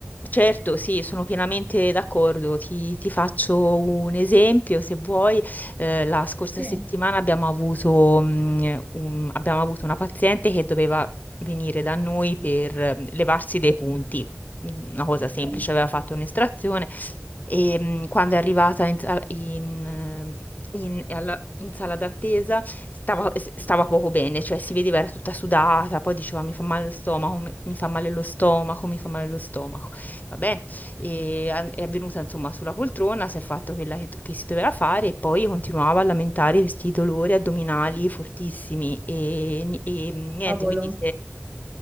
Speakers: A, on the left; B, on the right.
A: certo, sì, sono pienamente d'accordo. Ti, ti faccio un esempio, se vuoi. Eh, la scorsa
B: Sì,
A: settimana abbiamo avuto, mh, un- abbiamo avuto una paziente che doveva venire da noi per eh, levarsi dei punti. Una cosa semplice,
B: ok,
A: aveva fatto un'estrazione e mh, quando è arrivata in, sa- in, eh, in- alla- in sala d'attesa stava, s- stava poco bene, cioè si vedeva era tutta sudata, poi diceva mi fa male lo stomaco, mi mi fa male lo stomaco, mi fa male lo stomaco, va bene, e a- è venuta insomma sulla poltrona, si è fatto quella che, che si doveva fare e poi continuava a lamentare questi dolori addominali fortissimi e, e niente,
B: Cavolo,
A: quindi